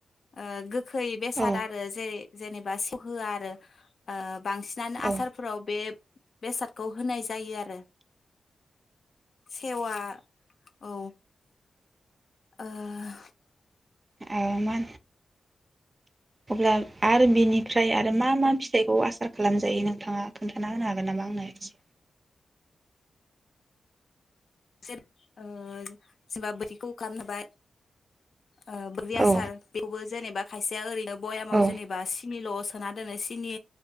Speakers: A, on the left (about 65°); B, on the right (about 35°).
A: ओ गोखै बेसाद
B: औ
A: आरो जे जेनेबा सेवहोया आरो ओ बांसिनानो
B: औ
A: आसारफोराव बे बेसादखौ होनाय जायो आरो सेवा औ। ओह
B: ए मा अब्ला आरो बिनिफ्राय आरो मा मा फिथाइखौ आसार खालामजायो नोंथाङा खोन्थाना होनो हागोन नामा आंनो एसे?
A: जेब ओ जेनोबा बोरैखौ खालाम हबाय ओ बैग्रि आसार
B: औ
A: बेवबो जेनोबा खायसेया ओरैनो बयामाव
B: औ
A: जेनोबा सिनिल सो सोना दोनो सिनि